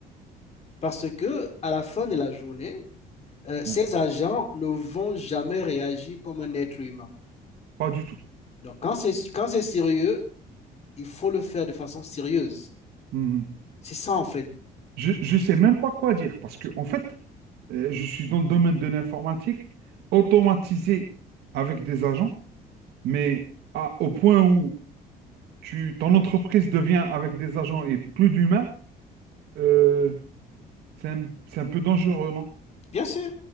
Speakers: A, on the left; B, on the right.
A: parce que à la fin de la journée, euh, ces
B: Ouais.
A: agents ne vont jamais réagir comme un être humain.
B: Pas du tout.
A: Donc, quand c'est, quand c'est sérieux, il faut le faire de façon sérieuse.
B: Mhm.
A: C'est ça, en fait.
B: Je ne sais même pas quoi dire parce que, en fait, Euh, je suis dans le domaine de l'informatique, automatisé avec des agents, mais à- au point où tu, ton entreprise devient avec des agents et plus d'humains, euh, c'est un, c'est un peu dangereux, non?
A: Bien sûr,